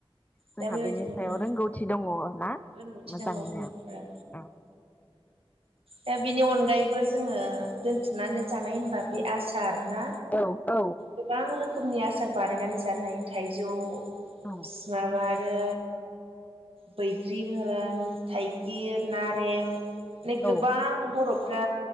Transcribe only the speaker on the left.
जोंहा
बेनि सायाव रोंगौथि दङ ना
मोजाङैनो
औ
औ औ
औ
औ